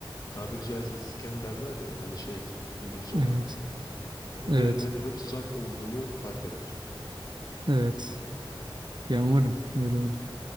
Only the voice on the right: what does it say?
Evet.
Evet.
Evet. Ya umarım öyle olur.